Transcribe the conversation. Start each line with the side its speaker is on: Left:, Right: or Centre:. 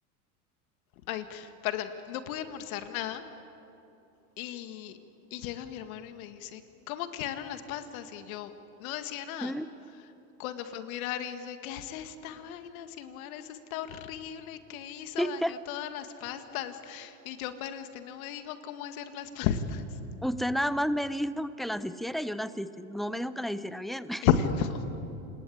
Left: ay, perdón, no pude almorzar nada. Y, y llega mi hermano y me dice, ¿cómo quedaron las pastas? Y yo no decía nada.
Centre: Mm.
Left: Cuando fue a mirar y dice, ¿qué es esta vaina, Xiomara? Eso está horrible. ¿Qué hizo?
Centre: <laughs>
Left: Dañó todas las pastas. Y yo, pero usted no me dijo cómo hacer las pastas.
Centre: Usted nada más me dijo que las hiciera y yo las hice. No me dijo que las hiciera bien.
Left: <laughs> No,